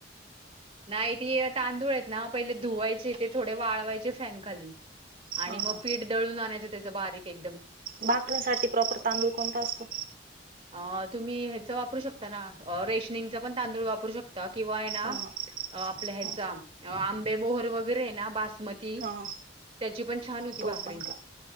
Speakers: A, on the right; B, on the right.
A: नाही त तांदूळ आहेत ना पहिले धुवायचे ते थोडे वाळवायचे फॅन खाली आणि
B: ह
A: मग
B: ह
A: पीठ दळून आणायचं त्याच बारीक एक
B: भाकरींसाठी प्रॉपर तांदूळ कोणता असतो
A: अ तुम्ही ह्याचं वापरू शकता ना रेशनिंगच पण तांदूळ वापरू शकता किंवा आहे ना
B: ह ह
A: अ आपल्या ह्याचा
B: ह
A: आंबे बोहर वगैरे ना ब मती
B: ह
A: त्याची पण छान होती
B: तो
A: भाकरी
B: पण का